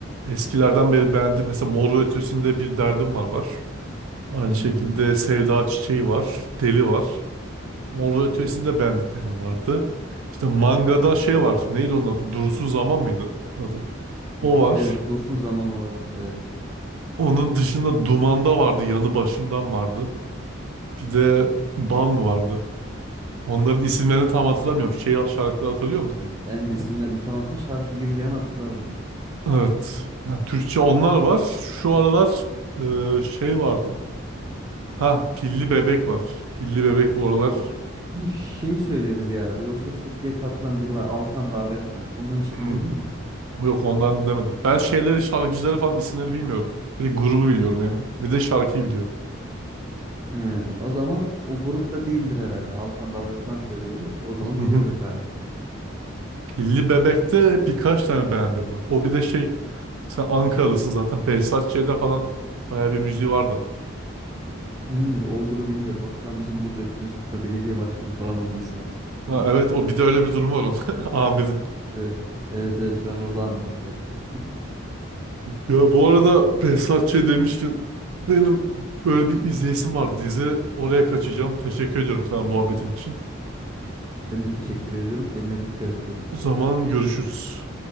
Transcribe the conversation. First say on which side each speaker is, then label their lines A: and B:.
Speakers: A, on the right; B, on the right.
A: Eskilerden beri beğendim. Mesela Mor ve Ötesi'nde bir derdim var var. Aynı
B: Hmm.
A: şekilde Sevda Çiçeği var. Deli var. Orada ötesinde beğendiklerim vardı. İşte mangada şey var. Neydi onun adı? Durusu Zaman mıydı adı?
B: E-
A: O var.
B: Evet, Dursun Zaman olabilir. Evet.
A: Onun dışında Duman'da vardı. Yanı Başımdan vardı. Bir de Bal
B: Hmm.
A: mı vardı? Onların isimlerini tam hatırlamıyorum. Şey şarkıları hatırlıyor musun?
B: Evet. Ben de isimlerini tam hatırlamıyorum. Şarkı Yirdiyen hatırlarım onu.
A: Evet. Yani Türkçe onlar var. Şu aralar e, şey vardı. Ha Pilli Bebek var. Pilli Bebek bu aralar.
B: O, onu şey söylüyordu bir ara. Bir O Ses Türkiye'ye katılan biri var. Alkan Dalga Kıran. Ondan hiç
A: Hmm.
B: dinledin mi?
A: Yok ondan dinlemedim. Ben şeyleri şarkıcıları falan isimlerini bilmiyorum. Bir de grubu biliyorum yani. Bir de şarkıyı biliyorum.
B: He, o zaman o grupta değildir herhalde. Alkan Dalga Kıran söylüyordu. O zaman
A: <laughs>
B: bilirdin galiba.
A: Pilli Bebek'te birkaç tane beğendim var. O bir de şey sen Ankaralısın zaten. Behzat Ç'de falan bayağı bir müziği vardı.
B: Hmm, olduğunu bilmiyordum. O şu an bizim burada Etimesgut'ta belediye başkanı falan olması lazım
A: Ha
B: şu an.
A: evet o bir de öyle bir durum var onun. <laughs> Amir'in.
B: Evet, evet, evet şu an orada amirlik yapıyor.
A: Ya bu arada
B: Evet,
A: Behzat Ç demişken benim böyle bir izleyesim var dizi. Oraya kaçacağım. Teşekkür ediyorum sana muhabbetin için.
B: ben de teşekkür ediyorum. Kendine dikkat et. Görüşürüz.
A: O zaman görüşürüz.